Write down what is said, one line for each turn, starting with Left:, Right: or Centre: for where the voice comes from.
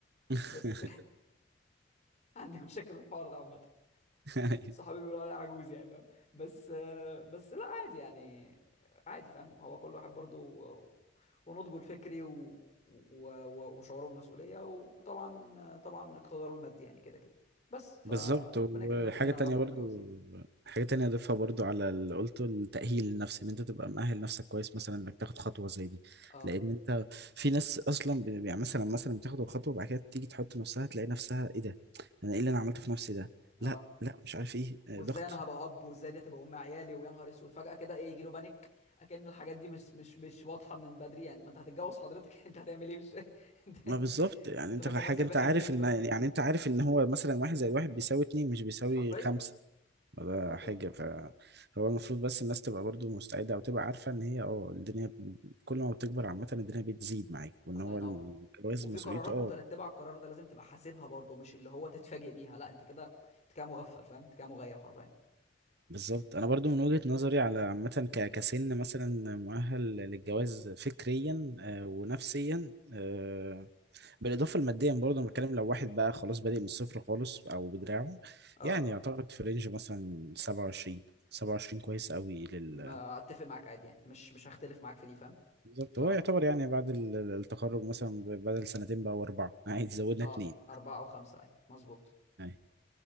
Right: <laughs>
Left: بس <laughs> عندي مشاكل في الحوار ده عامه
Right: أيوة.
Left: صحابي بيقولوا عليا عجوز يعني فاهم بس آه، بس لا عادي يعني عادي فاهم هو كل واحد برضو و- ونضجه الفكري و... و... و... وشعوره بالمسؤوليه وطبعا طبعا اقتداره المادي يعني كده كده بس فربنا
Right: بالظبط وحاجة
Left: يكرمنا كلنا
Right: تانية
Left: يا رب ونتجوز
Right: برضو
Left: يعني
Right: حاجة تانية أضيفها برضو على اللي قلته التأهيل النفسي إن أنت تبقى مأهل نفسك كويس مثلا إنك تاخد خطوة زي دي
Left: اه
Right: لأن أنت في ناس أصلا بي- يعني مثلا مثلا بتاخد الخطوة وبعد كده تيجي تحط نفسها تلاقي نفسها إيه ده أنا إيه اللي أنا عملته في نفسي ده
Left: اه
Right: لا لا مش عارف إيه آه،
Left: وازاي
Right: ضغط
Left: انا هبقى اب وازاي دي هتبقى ام عيالي ويا نهار اسود فجاه كده ايه يجي له بانيك اكن الحاجات دي مش مش مش واضحه من بدري يعني ما انت هتتجوز حضرتك <laughs> انت هتعمل ايه مش <laughs> انت يعني
Right: ما بالظبط يعني
Left: انت
Right: أنت
Left: فاكر
Right: حاجة
Left: نفسك
Right: أنت
Left: داخل
Right: عارف
Left: فين
Right: إن
Left: فاهم
Right: يعني أنت عارف إن هو مثلا واحد زي واحد بيساوي اتنين مش بيساوي
Left: حرفيا
Right: خمسة ولا
Left: حرفيا
Right: حاجة فهو المفروض بس الناس تبقى برضو مستعدة أو تبقى عارفة إن هي أه الدنيا كل ما بتكبر عامة الدنيا بتزيد معاك وان
Left: الله
Right: هو
Left: ينور
Right: الجواز
Left: وفي
Right: مسؤوليته
Left: قرارات
Right: اه
Left: مترتبه على القرار ده لازم تبقى حاسبها برضه مش اللي هو تتفاجئ بيها لا انت كده انت كده مغفل فاهم انت كده مغيب حرفيا
Right: بالظبط انا برضو من وجهة نظري على عامة ك- كسن مثلا مؤهل للجواز فكريا آه، ونفسيا آه، بالاضافة لماديا برضو انا بتكلم لو واحد بقى خلاص بادئ من الصفر خالص او بدراعه
Left: اه
Right: يعني يعتقد في رينج مثلا 27 27 كويس قوي لل
Left: ما اتفق معاك عادي يعني مش مش هختلف معاك في دي فاهم
Right: بالظبط
Left: بصراحه
Right: هو يعتبر يعني بعد ال- التخرج مثلا ب- بدل سنتين بقى واربعة عادي زودنا
Left: اه
Right: اتنين
Left: أربعة أو خمسة أيوة مظبوط
Right: يعني